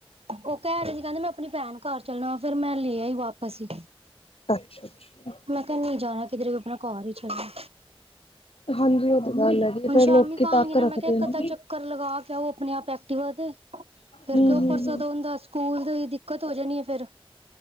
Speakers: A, on the right; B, on the left.
A: ਉਹ ਕਹਿ ਰਹੇ ਸੀ। ਕਹਿੰਦੇ ਮੈਂ ਆਪਣੀ ਭੈਣ ਘਰ ਚੱਲਣਾ ਵਾ ਫੇਰ ਮੈਂ ਲਿਆਈ ਵਾਪਸ ਈ।
B: ਅੱਛਾ-ਅੱਛਾ।
A: ਮੈਂ ਕਿਹਾ ਨੀ ਜਾਣਾ ਕਿਧਰੇ ਕੋ ਆਪਣਾ ਘਰ ਹੀ ਚੱਲੋ।
B: ਹਾਂਜੀ ਉਹ ਤਾਂ ਗੱਲ ਹੈਗੀ, ਫੇਰ
A: ਸ਼ਾਮੀ
B: ਲੋਕੀ
A: ਕਹਾਂਗੀ
B: ਤੱਕ
A: ਨਾ ਮੈਂ
B: ਰੱਖਦੇ
A: ਕਿਹਾ ਇੱਕ
B: ਨ।
A: ਅੱਧਾ ਚੱਕਰ ਲਗਾ ਕੇ ਆਓ ਆਪਣੇ ਆਪ ਐਕਟਿਵਾ ਤੇ ਫੇਰ
B: ਹੂੰ-ਹੂੰ-ਹੂੰ।
A: ਕਿਉਂ ਪਰਸੋ ਦਾ ਹੁਣ ਦੱਸ। ਸਕੂਲ ਦੀ ਦਿੱਕਤ ਹੋ ਜਾਣੀ ਐ ਫੇਰ